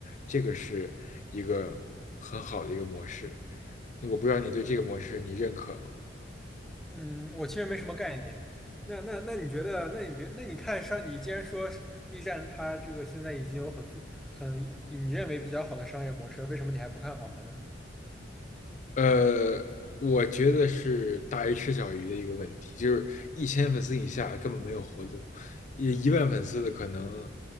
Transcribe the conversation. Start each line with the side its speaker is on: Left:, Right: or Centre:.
Left: 这个是一个很好的一个模式。我不知道你对这个模式你认可吗？
Centre: 嗯，我其实没什么概念。那那那你觉得？那你别，那你看上，你既然说是 B 站它这个现在已经有很富很比你认为比较好的商业模式，为什么你还不看好它呢？
Left: 呃，我觉得是大鱼吃小鱼的一个问题，就是一千粉丝以下根本没有活路，一一万粉丝的可能